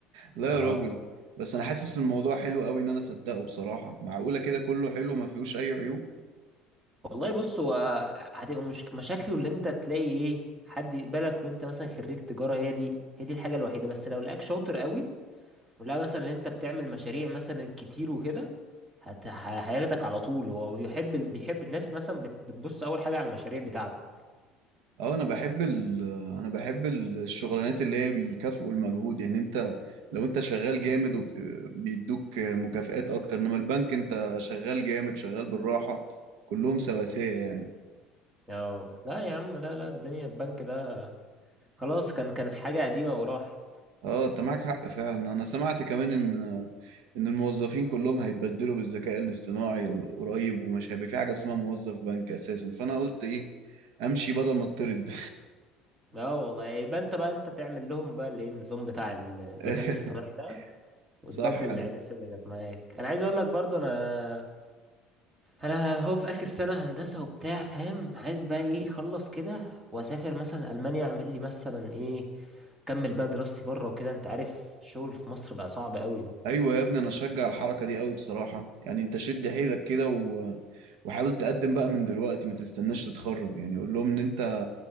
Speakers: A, on the right; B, on the right.
A: لا
B: اه
A: يا راجل بس انا حاسس ان الموضوع حلو قوي ان انا اصدقه بصراحه معقوله كده كله حلو ما فيهوش اي عيوب
B: والله بص هو هتبقى مش... مشاكله اللي انت تلاقي ايه حد يقبلك وانت مثلا خريج تجارة هي دي هي دي الحاجة الوحيدة بس لو لقاك شاطر قوي ولا مثلا اللي انت بتعمل مشاريع مثلا كتير وكده هت... ه- هياخدك على طول هو بيحب بيحب الناس مثلا بت... بتبص اول حاجة على المشاريع بتاعتك
A: اه انا بحب ال... انا بحب الشغلانات اللي هي بيكافئوا المجهود يعني انت لو انت شغال جامد وبيدوك مكافآت اكتر انما البنك انت شغال جامد شغال بالراحة كلهم سواسية يعني
B: اه لا يا عم لا لا الدنيا البنك ده خلاص كان كان حاجة قديمة وراحت
A: اه انت معاك حق فعلا انا سمعت كمان ان ان الموظفين كلهم هيتبدلوا بالذكاء الاصطناعي قريب وما شابه في حاجة اسمها موظف بنك اساسا فانا قلت ايه امشي بدل ما اطرد
B: لا والله يبقى انت بقى انت تعمل لهم بقى الايه النظام بتاع الذكاء
A: <laughs>
B: الاصطناعي ده وتبدل
A: صح
B: الناس اللي كانت معاك انا عايز اقول لك برضو انا انا هو في اخر سنه هندسه وبتاع فاهم عايز بقى ايه اخلص كده واسافر مثلا المانيا اعمل لي مثلا ايه اكمل بقى دراستي بره وكده انت عارف الشغل في مصر بقى صعب قوي
A: ايوه يا ابني انا اشجع الحركة دي قوي بصراحة يعني انت شد حيلك كده و... وحاول تقدم بقى من دلوقتي ما تستناش تتخرج يعني قول لهم ان انت